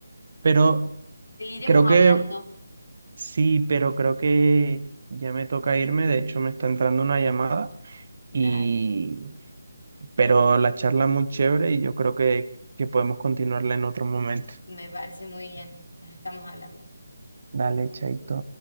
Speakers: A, on the right; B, on the left.
A: Pero
B: Seguiremos
A: creo
B: hablando.
A: que sí, pero creo que ya me toca irme. De hecho, me está entrando una llamada y
B: Dale,
A: pero la charla muy chévere y yo creo que, que podemos continuarla en otro momento.
B: me parece muy bien. Nos estamos hablando.
A: Dale, chaito.